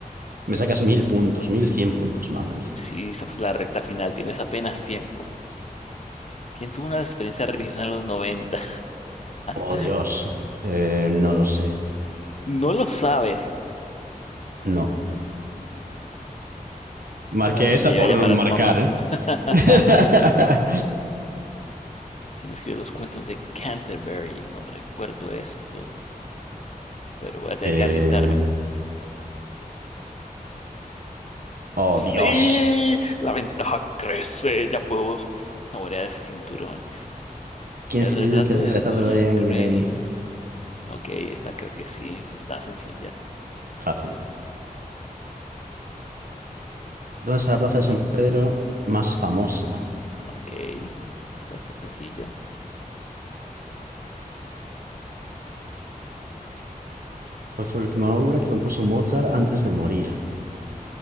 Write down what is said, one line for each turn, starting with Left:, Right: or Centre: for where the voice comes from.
Right: Me sacas mil puntos, mil cien puntos, madre mía.
Left: Si estamos en la recta final, tienes apenas tiempo. ¿Quién tuvo una experiencia religiosa en los 90?
Right: Oh,
Left: <laughs>
Right: Dios. Eh, no lo sé.
Left: No lo sabes.
Right: No. Marqué
Left: Ah,
Right: esa
Left: ya
Right: por
Left: iba a llamar
Right: marcar,
Left: a tu mamá.
Right: ¿eh?
Left: <laughs>
Right: <laughs>
Left: ¿Quién escribió los cuentos de Canterbury? No recuerdo esto, pero voy a tener
Right: Eh,
Left: que arriesgarme.
Right: Oh,
Left: ¡Sí!
Right: Dios.
Left: La ventaja crece. Ya puedo saborear ese cinturón.
Right: ¿Quién
Left: El
Right: escribió
Left: retrato
Right: el, el
Left: de
Right: retrato
Left: Dorian
Right: de Dorian
Left: Gray.
Right: Gray?
Left: Ok, esta creo que sí, sí está sencilla.
Right: Fácil. ¿Dónde está la plaza
Left: ¿Dónde
Right: de San
Left: está?
Right: Pedro más famosa?
Left: Ok, esta está sencilla.
Right: ¿Cuál fue la última obra que compuso Mozart
Left: Uh,
Right: antes de morir?